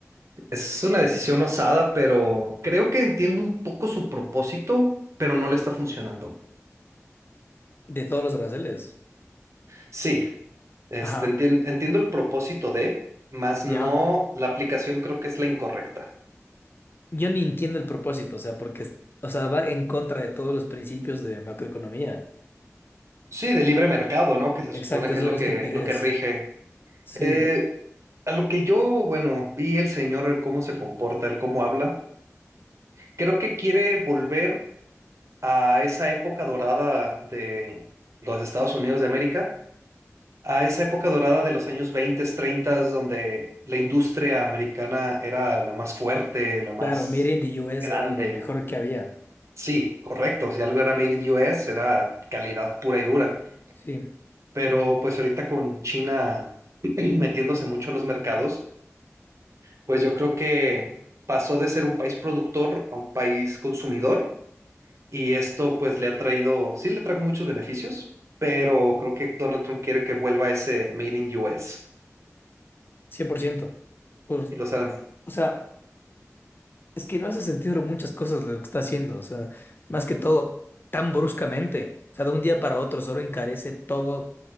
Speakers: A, on the right; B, on the left.
A: Es una decisión osada, pero creo que entiendo un poco su propósito, pero no le está funcionando.
B: de todos los aranceles.
A: Sí, este,
B: Ajá,
A: entien- entiendo el propósito de, más no,
B: ya.
A: la aplicación creo que es la incorrecta.
B: Yo ni entiendo el propósito, o sea, porque, es- o sea, va en contra de todos los principios de macroeconomía.
A: Sí, de libre mercado, ¿no? Que se
B: Exacto,
A: supone que
B: es
A: es
B: una
A: lo que,
B: estupidez.
A: lo que rige
B: Sí,
A: Eh, a lo que yo, bueno, vi el señor cómo se comporta, el cómo habla, creo que quiere volver a esa época dorada de los Estados Unidos de América, a esa época dorada de los años 20 treinta donde la industria americana era la más fuerte, la más
B: claro, Made in the US
A: grande.
B: era lo mejor que había.
A: Sí, correcto, si algo era made in U S era calidad pura y dura,
B: Sí.
A: pero pues ahorita con China <clears throat> metiéndose mucho a los mercados pues yo creo que pasó de ser un país productor a un país consumidor y esto pues le ha traído, sí le trajo muchos beneficios, pero creo que Donald Trump quiere que vuelva ese Made in US
B: 100%. Justo.
A: y los harán.
B: O sea, es que no hace sentido muchas cosas lo que está haciendo. O sea, más que todo, tan bruscamente. O sea, de un día para otro solo encarece todo